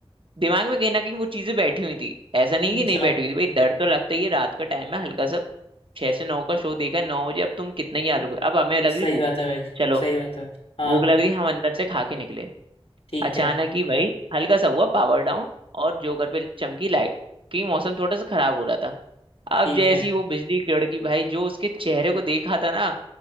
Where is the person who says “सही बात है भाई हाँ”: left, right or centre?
Left